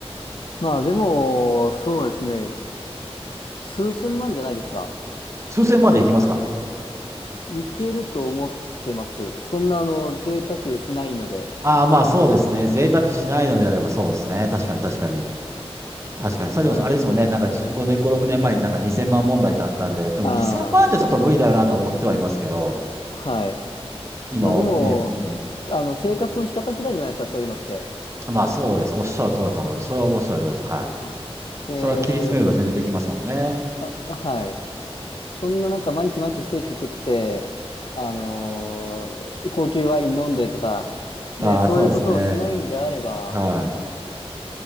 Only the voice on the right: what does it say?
数千までいきますか
ああー、まあそうですね。贅沢しないのであればそうですね。確かに確かに。確かに、サジモさん、
あれですもんね、なんか5年、5、6年前になんか2000万問題ってあったんで、でも2000万じゃちょっと無理だよなと思ってはいますけど、
今ね、
う
ん、まあそうです。おっしゃる通りだと思います。それは面白いです。はい。
それは切り詰めれば全然できますもんね。
ああ、
そうですね。はい。